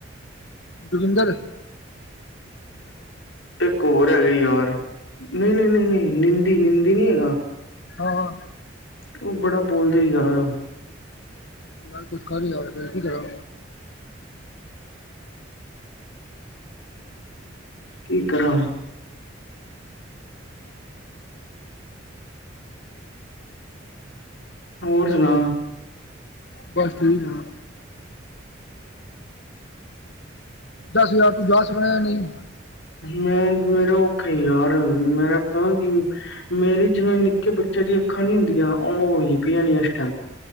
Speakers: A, on the left (about 65°); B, on the left (about 85°).
A: ਜੋਗਿੰਦਰ
B: ਇੱਕ ਹੋਰ ਹੈਗਾ ਹੀ ਯਾਰ, ਨਹੀਂ ਨਹੀਂ ਨਹੀਂ ਨਹੀਂ, ਨਿੰਦੀ- ਨਿੰਦੀ ਨੀ ਹੈਗਾ
A: ਹਾਂਾਂ
B: ਉਹ ਬੜਾ ਬੋਲਦੇ ਹੀ ਯਾਰ, ਉਹ
A: ਯਾਰ ਕੁਛ ਕਰ ਯਾਰ ਫੇਰ, ਕੀ ਕਰਾ?
B: ਕੀ ਕਰਾਂ? ਹੋਰ ਸੁਣਾ?
A: ਬਸ ਠੀਕ ਆ। ਦੱਸ ਯਾਰ ਤੂੰ ਜਾ ਸਕਦਾ ਨਹੀਂ।
B: ਮੈਂ ਮੇਰਾ ਔਖਾ ਯਾਰ ਮੇਰਾ ਪਤਾ ਕਿ ਮੇਰੇ ਜਿਵੇਂ ਨਿੱਕੇ ਬੱਚੇ ਦੀਆਂ ਅੱਖਾਂ ਨੀ ਹੁੰਦੀਆਂ ਓ ਹੋਈਆਂ ਪਈਆਂ ਨੇ ਇਸ ਟਾਈਮ।